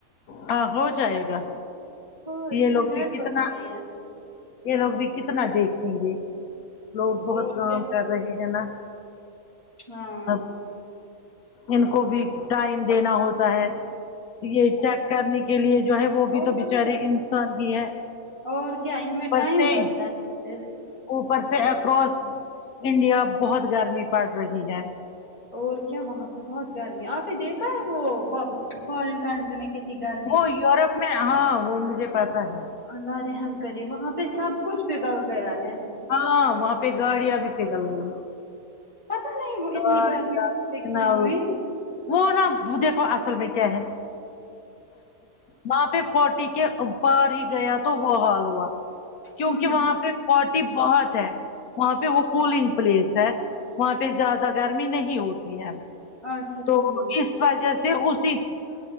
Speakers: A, on the left; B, on the left.
A: ہاں ہو جائے گا
B: اور اس
A: یہ
B: میں
A: لوگ
B: نیٹ
A: بھی کتنا
B: ورک نہیں ہے
A: یہ لوگ بھی کتنا دیکھیں گے لوگ بہت
B: اور
A: کام
B: کیا
A: کر رہے ہے نا
B: ہاں
A: اب ان کو بھی ٹائم دینا ہوتا ہے یہ چیک کرنے کی کے لیے جو ہے وہ بھی
B: اور
A: تو بچارے
B: کیا
A: انسان ہی ہے
B: اور کیا ان میں
A: اوپر
B: ٹائم
A: سے
B: لگتا ہے پھر
A: اوپر سے اکراس انڈیا بہت گرمی پڑ رہی ہے
B: اور کیا وہاں پہ بہت گرمی آپ نے دیکھا ہے وہ فارن کنٹری میں کتنی گرمی
A: وہ
B: تھی
A: یوروپ میں ہاں وہ مجھے پتا ہے
B: اللہ رحم کرے وہاں پہ سب کچھ پگل گیا ہے
A: ہاں وہاں پہ گاڑیاں بھی پگل گئیں گے
B: پتا نہیں وہ اتنی
A: اور
B: گرمی
A: کیا
B: وہاں پہ
A: سناؤ
B: کیوں ہوئی
A: وہ نہ دیکھو اصل میں کیا ہے وہاں پہ فوٹی کے ا پار ہی گیا تو وہ حال ہوا
B: ہوں
A: کیونکہ وہاں پہ پارٹی بہت ہے وہاں پہ وہ کولنگ پلیس ہے وہاں پہ زیادہ گرمی نہیں ہوتی ہے
B: اچھا
A: تو
B: ٹھیک
A: اس وجہ سے اسی